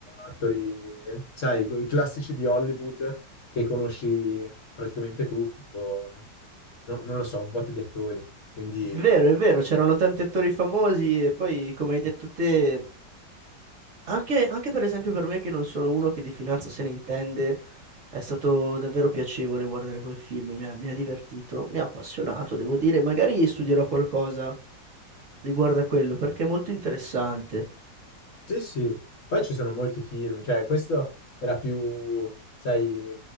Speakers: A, on the left (about 55°); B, on the right (about 55°).
A: attori, sai, i classici di Hollywood che conosci praticamente tutti, tipo no- non lo so, un botto di attori. Quindi
B: È vero, è vero, c'erano tanti attori famosi e poi, come hai detto te, anche, anche per esempio per me che non sono uno che di finanza se ne intende, è stato davvero piacevole guardare quel film, mi ha, mi ha divertito, mi ha appassionato, devo dire, magari studierò qualcosa riguardo a quello perché è molto interessante.
A: sì, sì. Poi ci sono molti film, cioè questo era più, sai,